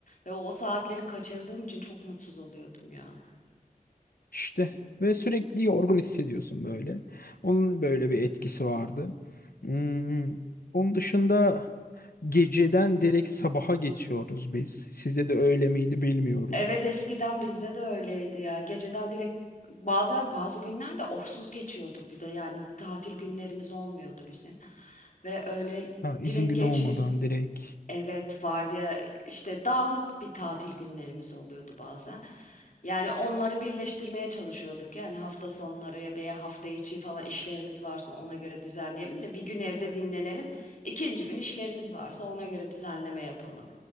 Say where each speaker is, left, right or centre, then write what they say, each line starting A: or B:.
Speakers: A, on the left; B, on the left.
A: Ve o saatleri kaçırdığım için çok mutsuz oluyordum ya.
B: işte ve sürekli yorgun hissediyorsun böyle. Onun böyle bir etkisi vardı. Hmm, onun dışında geceden direkt sabaha geçiyoruz biz. Sizde de öyle miydi bilmiyorum.
A: Evet eskiden bizde de öyleydi ya. Geceden direkt bazen bazı günlerde ofsuz geçiyorduk bir de yani tatil günlerimiz olmuyordu bizim. Ve öyle
B: Ha, izin
A: direkt
B: günü
A: geçtim
B: olmadan direkt.
A: Evet, vardiya işte dağınık bir tatil günlerimiz oluyordu bazen. Yani onları birleştirmeye çalışıyorduk. Yani hafta sonları veya hafta içi falan işlerimiz varsa ona göre düzenleyelim de bir gün evde dinlenelim. İkinci gün işlerimiz varsa ona göre düzenleme yapalım.